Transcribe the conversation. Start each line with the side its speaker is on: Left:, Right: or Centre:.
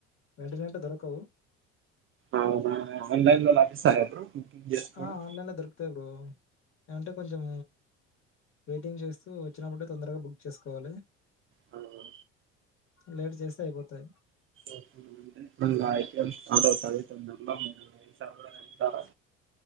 Left: వెంటనే అంటే దొరకవు
Right: అవునా ఆన్లైన్లో లభిస్తాదా బ్రో బుకింగ్ చేసుకోవడం
Left: ఆ ఆన్లైన్లో దొరుకుతాయి బ్రో ఏమంటే కొంచెం వెయిటింగ్ చేస్తూ వచ్చినప్పుడే తొందరగా బుక్ చేసుకోవాలి
Right: హలో
Left: లేట్ చేస్తే అయిపోతాయి
Right: ఇప్పుడు ఇంకా ఐపీఎల్ స్టార్ట్ అవుతది తే వెళ్దాం మీరు ఈసారి కూడా వెళ్తారా